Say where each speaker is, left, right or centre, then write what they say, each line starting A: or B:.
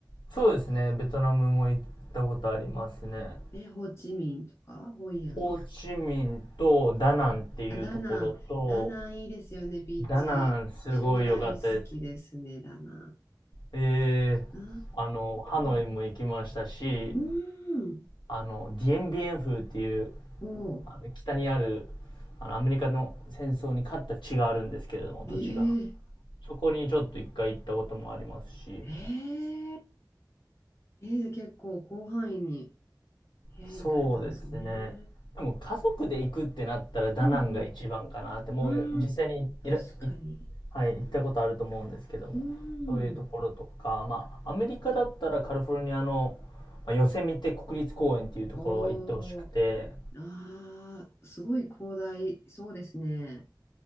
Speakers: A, on the left (about 80°); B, on the left (about 35°).
A: そうですね。ベトナムも行ったことありますね。
B: え、ホーチミンとか、ホイアン。
A: ホーチミンとダナンっていうところと、
B: あ、ダナン。ダナンいいですよね、ビーチ。
A: ダナンすごい良かったです。
B: 私も大好きですね、ダナン。
A: ええ
B: ああ、
A: あの、ハノイも行きましたし、
B: うん。
A: あの、ディエンビエン風っていう、
B: おお、
A: あの北にある、あの、アメリカの戦争に勝った地があるんですけれども、
B: えー、
A: 土地が。そこにちょっと一回行ったこともありますし、
B: えー、えー結構広範囲に、えー行かれたんですね。
A: そうですね。
B: う
A: でも家族で行くってなったらダナンが一番かなって、
B: ん
A: もう実際にいら、
B: うん。うん、確かに。
A: い、はい、行ったことあると思うんですけども、
B: うん。
A: そういうところとか、まあ、アメリカだったらカリフォルニアの、まあ、ヨセミテ国立公園っていうところは行ってほしくて、
B: おお、ああ、すごい広大、そうですね。